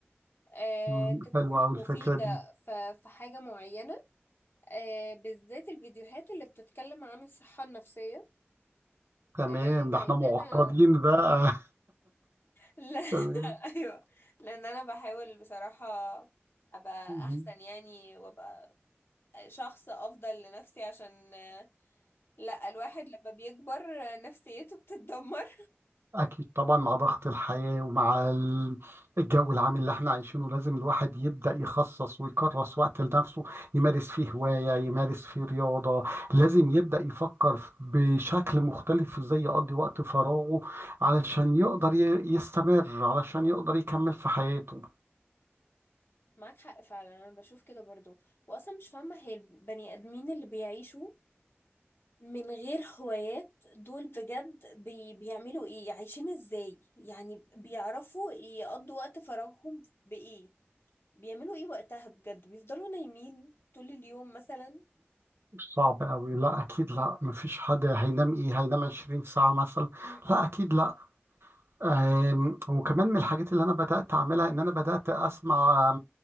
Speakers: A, on the left; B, on the right.
A: آه
B: مم،
A: تكون
B: حلوه قوي
A: مفيدة
B: الفكره دي
A: ف- في حاجة معينة آه بالذات الفيديوهات اللي بتتكلم عن الصحة النفسية
B: تمام
A: آه،
B: ده
A: لان
B: احنا معقدين
A: انا
B: بقى
A: لا
B: <laughs> تمام
A: <laughs> ايوه لان انا بحاول بصراحة ابقى
B: مم.
A: احسن يعني وابقى شخص افضل لنفسي عشان لا الواحد لما بيكبر نفسيته بتتدمر
B: أكيد طبعا مع ضغط الحياة ومع ال- الجو العام اللي احنا عايشينه لازم الواحد يبدأ يخصص ويكرس وقت لنفسه يمارس فيه هواية يمارس فيه رياضة لازم يبدأ يفكر ف- بشكل مختلف ازاي يقضي وقت فراغه علشان يقدر ي- يستمر علشان يقدر يكمل في حياته
A: معاك حق فعلا انا بشوف كده برضو واصلا مش فاهمة هي البني ادمين اللي بيعيشوا من غير هوايات دول بجد بي بيعملوا ايه عايشين ازاي يعني بيعرفوا يقضوا وقت فراغهم بايه بيعملوا ايه وقتها بجد بيفضلوا نايمين طول اليوم مثلا
B: صعب قوي لا اكيد لا مفيش حد هينام ايه هينام 20 ساعة مثلا
A: م-
B: لا
A: م-
B: اكيد لا أم، وكمان من الحاجات اللي انا بدأت اعملها ان انا بدأت اسمع